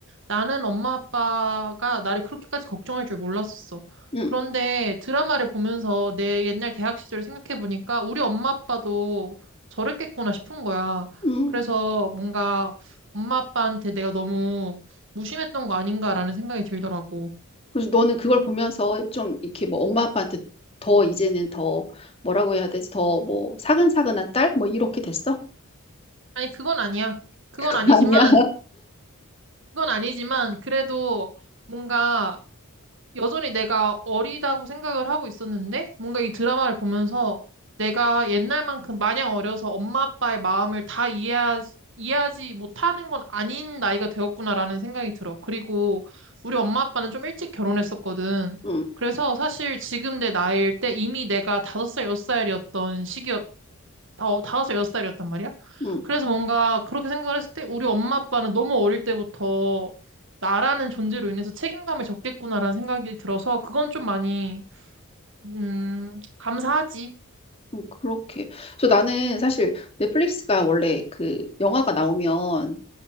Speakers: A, on the right; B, on the left.
A: 나는 엄마 아빠가 나를 그렇게까지 걱정할 줄 몰랐었어.
B: 응,
A: 그런데 드라마를 보면서 내 옛날 대학 시절을 생각해 보니까 우리 엄마 아빠도 저랬겠구나 싶은 거야.
B: 응.
A: 그래서 뭔가 엄마 아빠한테 내가 너무 무심했던 거 아닌가라는 생각이 들더라고.
B: 그래서 너는 그걸 보면서 좀 이렇게 뭐 엄마 아빠한테 더 이제는 더 뭐라고 해야 되지? 더 뭐 사근사근한 딸? 뭐 이렇게 됐어?
A: 아니, 그건 아니야.
B: <laughs>
A: 그건
B: 그건
A: 아니지만
B: 아니야.
A: 그건 아니지만 그래도 뭔가 여전히 내가 어리다고 생각을 하고 있었는데 뭔가 이 드라마를 보면서 내가 옛날만큼 마냥 어려서 엄마 아빠의 마음을 다 이해하, 이해하지 못하는 건 아닌 나이가 되었구나라는 생각이 들어. 그리고 우리 엄마 아빠는 좀 일찍 결혼했었거든.
B: 응,
A: 그래서 사실 지금 내 나이일 때 이미 내가 다섯 살 여섯 살이었던 시기였, 어, 다섯 살 여섯 살이었단 말이야.
B: 응,
A: 그래서 뭔가 그렇게 생각을 했을 때 우리 엄마 아빠는 너무 어릴 때부터 나라는 존재로 인해서 책임감을 졌겠구나라는 생각이 들어서 그건 좀 많이 음, 감사하지.
B: 응, 그렇게. 그래서 나는 사실 넷플릭스가 원래 그 영화가 나오면